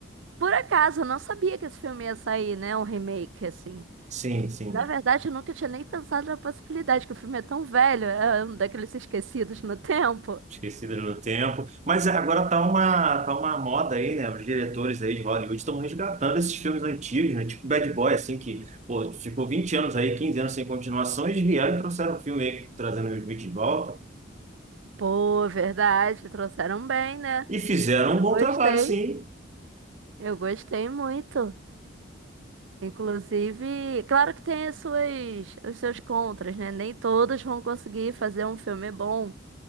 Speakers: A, on the right; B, on the right.
A: Por acaso, eu não sabia que esse filme ia sair, né? Um remake, assim.
B: Sim, sim,
A: Na verdade, eu nunca tinha nem pensado na possibilidade, que o filme é tão velho, é um daqueles esquecidos no tempo.
B: esquecido no tempo. Mas é, agora tá uma, tá uma moda aí, né? Os diretores aí de Hollywood estão resgatando esses filmes antigos, né? Tipo Bad Boy, assim, que pô, ficou 20 anos aí, 15 anos sem continuação, eles vieram e trouxeram um filme aí, trazendo o Will Smith de volta.
A: Pô, verdade, trouxeram bem, né?
B: E fizeram um
A: Eu
B: bom
A: gostei,
B: trabalho, sim.
A: eu gostei muito. Inclusive, claro que tem as suas, os seus contras, né? Nem todos vão conseguir fazer um filme bom.